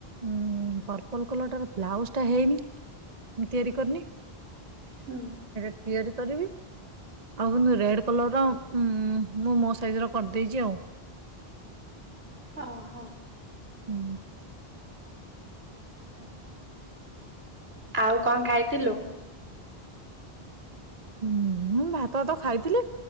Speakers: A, on the right (about 40°); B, on the right (about 75°).
A: ଉଁ ପର୍ପଲ କଲରଟା ବ୍ଲାଉଜ ଟା ହେଇନି। ମୁଁ ତିଆରି କରିନି।
B: ହୁଁ
A: ହେଟା ତିଆରି କରିବି ଆଉ କିନ୍ତୁ ରେଡ କଲରର ଉଁ ମୁଁ ମୋ ସାଇଜର କରିଦେଇଛି ଆଉ
B: ଓହୋ
A: ହୁଁ ଆଜ୍ଞା
B: ଆଉ କଣ ଖାଇଥିଲୁ?
A: ହୁଁ ମୁଁ ଭାତ ଭାତ ଖାଇଥିଲି